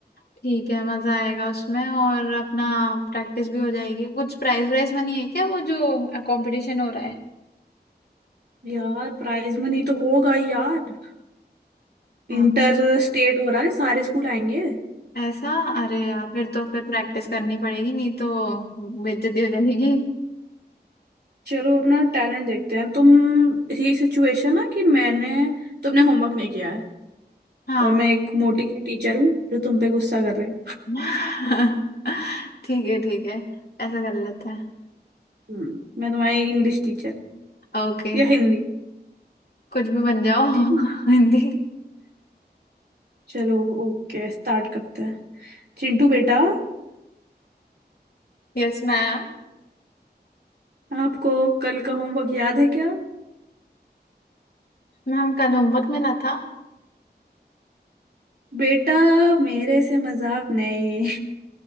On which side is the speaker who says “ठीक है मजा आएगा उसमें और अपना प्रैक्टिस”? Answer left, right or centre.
Left